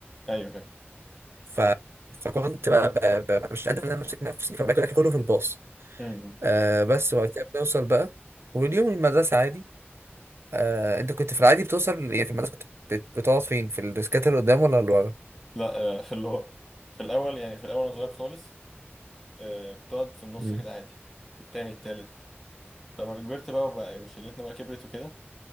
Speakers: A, in the centre; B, on the right.
A: ايوه فاهم
B: ف... فكنت بقى, بقى, بقى مش قادر ان انا امسك نفسي فباكل الاكل كله في الباص
A: أمم.
B: آه بس وبعد كده بنوصل بقى واليوم المدرسه عادي آه انت كنت في العادي بتوصل يعني في المدرسه كنت بت- بتقعد فين في الديسكات اللي قدام ولا اللي
A: لا آه، في اللي هو في الاول يعني في الاول انا صغير خالص آه، كنت اقعد في النص
B: ورا؟
A: كده عادي التاني التالت لما كبرت بقى وبقى وشلتنا بقى كبرت وكده